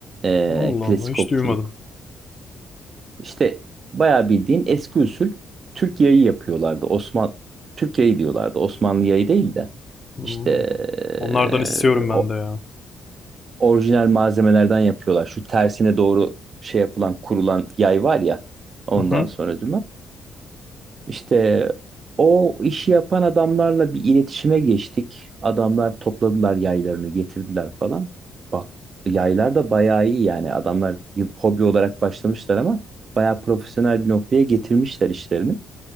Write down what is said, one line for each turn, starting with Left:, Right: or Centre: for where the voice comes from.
Right: Ee,
Left: Allah
Right: klasik
Left: Allah hiç
Right: okçuluk.
Left: duymadım.
Right: İşte bayağı bildiğin eski usul Türk yayı yapıyorlardı. Osman Türk yayı diyorlardı. Osmanlı yayı değil de
Left: Hmm.
Right: işte ee,
Left: Onlardan istiyorum ben
Right: o
Left: de ya.
Right: orijinal malzemelerden yapıyorlar. Şu tersine doğru şey yapılan kurulan yay var ya ondan
Left: Hı hı.
Right: sonra İşte o işi yapan adamlarla bir iletişime geçtik. Adamlar topladılar yaylarını getirdiler falan. Bak yaylar da bayağı iyi yani. Adamlar yıl- hobi olarak başlamışlar ama bayağı profesyonel bir noktaya getirmişler işlerini.